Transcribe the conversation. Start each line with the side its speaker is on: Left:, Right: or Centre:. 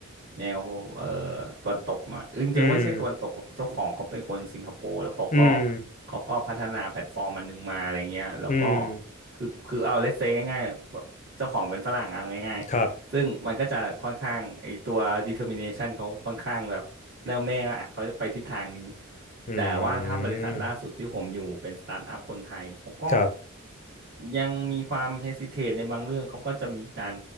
Right: แนวเอ่อตะวันตกหน่อยจริงๆไม่ใช่ตะวันตกหรอกเจ้าของเขาเป็นคนสิงคโปร์แล้วเขาก็
Left: อืมอืม
Right: เขาก็พัฒนาแพลตฟอร์มอันนึงมาอะไรเงี้ยแล้วก็
Left: อืม
Right: คือคือเอาเล s เซง่ายๆแบบเจ้าของเป็นฝรั่งเอาง่าย
Left: ครับ
Right: ซึ่งมันก็จะค่อนข้างไอตัว determination เขาค่อนข้างแบบแน่วแน่ว่าอ่ะเขาจะไปทิศทางนี้
Left: อื
Right: แต่ว่าถ้าบริษัทล่าสุดที่ผมอยู่เป็นสตาร์ทอัพคนไทยเขาก็
Left: มครับ
Right: ยังมีความ hesitate ในบางเรื่องเขาก็จะมีการ